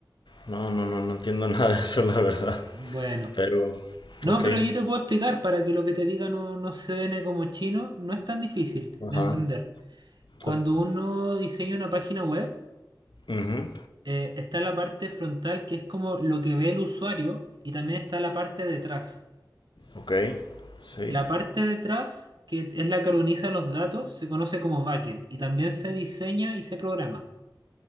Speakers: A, on the left; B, on the right.
A: No, no, no, no entiendo <laughs> nada de eso, la verdad.
B: Bueno,
A: Pero,
B: no,
A: ok,
B: pero yo te puedo explicar para que lo que te diga no, no suene como chino, no es tan difícil
A: ajá.
B: de entender. Cuando
A: Es,
B: uno diseña una página web,
A: ujú,
B: eh, está la parte frontal que es como lo que ve el usuario y también está la parte detrás.
A: ok, sí,
B: La parte detrás, que es la que organiza los datos, se conoce como backend y también se diseña y se programa.